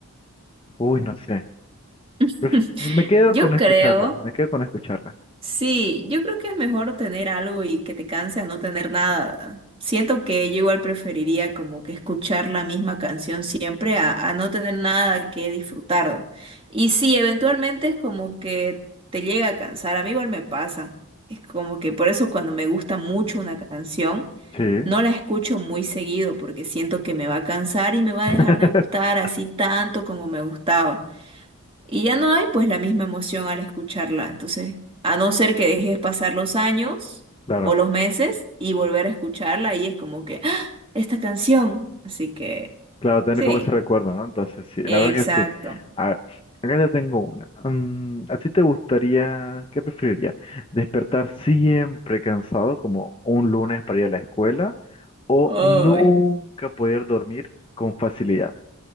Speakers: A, on the left; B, on the right.
A: uy, no sé.
B: <laughs>
A: Pref- Me quedo
B: Yo
A: con escucharla,
B: creo.
A: me quedo con escucharla.
B: Sí, yo creo que es mejor tener algo y que te canse a no tener nada. Siento que yo igual preferiría como que escuchar la misma canción siempre a, a no tener nada que disfrutar. Y sí, eventualmente es como que te llega a cansar, a mí igual me pasa. Es como que por eso cuando me gusta mucho una canción,
A: Sí.
B: no la escucho muy seguido porque siento que me va a cansar y me va a
A: <laughs>
B: dejar de gustar así tanto como me gustaba. Y ya no hay pues la misma emoción al escucharla. Entonces, a no ser que dejes pasar los años
A: Claro.
B: o los meses y volver a escucharla, y es como que, ¡Ah! esta canción. Así que,
A: Claro, tener
B: sí,
A: como ese recuerdo, ¿no? Entonces, sí, la
B: exacto.
A: verdad que sí. A ver, acá ya tengo una. Mm, ¿a ti te gustaría, qué preferirías? ¿Despertar siempre cansado como un lunes para ir a la escuela o
B: Ay.
A: nunca poder dormir con facilidad?